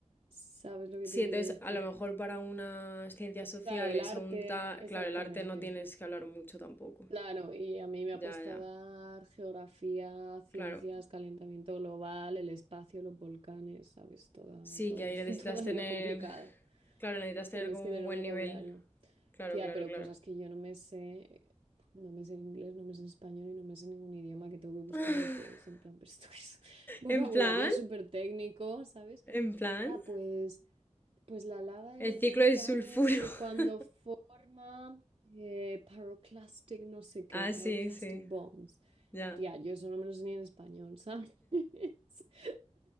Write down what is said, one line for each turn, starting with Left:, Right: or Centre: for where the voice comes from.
Right: ¿Sabes lo que
Left: Sí,
Right: te
Left: entonces
Right: quiero decir?
Left: a lo mejor para unas ciencias sociales
Right: Claro, el arte,
Left: o un ta...
Right: exactamente.
Left: Claro, el arte no tienes que hablar mucho tampoco.
Right: Claro, y a mí me
Left: Ya,
Right: ha puesto
Left: ya.
Right: a dar geografía, ciencias,
Left: Claro.
Right: calentamiento global, el espacio, los volcanes, ¿sabes? Toda,
Left: Sí,
Right: todo,
Left: que ahí
Right: <laughs>
Left: necesitas
Right: todo lo
Left: tener.
Right: complicado.
Left: Claro, necesitas tener
Right: Tienes
Left: como
Right: que tener
Left: un buen
Right: un vocabulario.
Left: nivel. Claro,
Right: Tía,
Left: claro,
Right: pero
Left: claro.
Right: cosas que yo no me sé, no me sé en inglés, no me sé en español y no me sé ningún idioma que tengo que buscar
Left: <laughs>
Right: lo que es, en plan, <laughs> pero esto es <laughs> vocabulario
Left: En plan,
Right: súper técnico, ¿sabes?
Left: en plan.
Right: Ya, pues... Pues la lava de
Left: El
Right: los
Left: ciclo
Right: volcanes
Left: del sulfuro.
Right: que cuando
Left: <laughs>
Right: forma eh, pyroclastic no sé qué,
Left: Ah,
Right: pyroclastic
Left: sí, sí.
Right: bombs.
Left: Ya.
Right: Tía, yo eso no me lo sé ni en español, ¿sabes? <laughs>